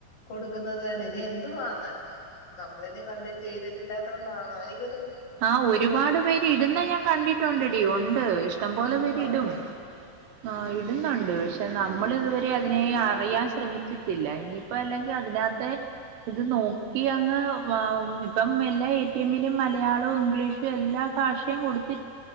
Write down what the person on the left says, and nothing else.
കൊടുക്കുന്നത് തന്നെ ഇനി എന്തുവന്ന നമ്മളിന കണ്ട് ചെയ്തിട്ടില്ലാത്ത കൊണ്ടാന്ന എനിക്കൊന്നും
ആന്നോ